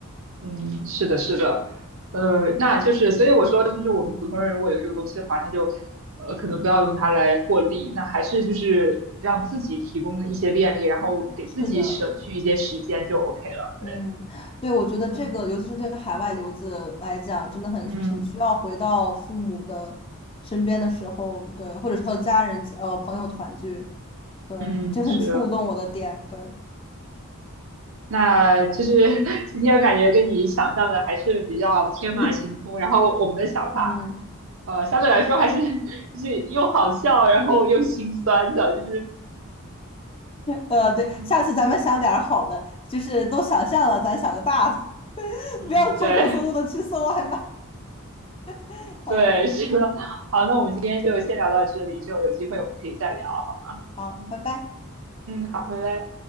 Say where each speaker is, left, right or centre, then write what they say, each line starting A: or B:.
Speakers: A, on the right (about 60°); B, on the left (about 25°).
A: 嗯，是的，是的，呃，那就是，所以我说，就是我们普通人如果有这个东西的话，那就，呃，可能不要用它来获利，那还是就是让自己提供一些便利，然后给自己省去一些时间就
B: 是的。
A: OK 了。
B: 嗯，
A: 对，
B: 对，我觉得这个，
A: 嗯
B: 尤其是对海外留子来讲，真的很很需要回到父母的身边的时候，
A: 嗯
B: 对，或者是和家人、呃朋友团聚，对，
A: 嗯嗯是的，
B: 就很触动我的点，对，
A: 那就是 <laughs> 今天感觉跟你想象的还是比较天马行空，
B: <laughs>
A: 然后我们的想法，
B: 嗯，
A: 呃，相对来说还是 <laughs> 就是又好笑，然后又心酸的，就是。
B: 呃，对，
A: 嗯
B: 下次咱们想点儿好的，就是都想象了，咱想个大的，<laughs>
A: 嗯，
B: 不要抠抠搜搜的去搜外卖，
A: 对
B: <laughs> 嗯，
A: 对，是的，好，那我们今天就先聊到这里，之后有机会我们可以再聊，好吗？
B: 好，
A: 嗯
B: 拜拜。
A: 嗯，好，拜拜。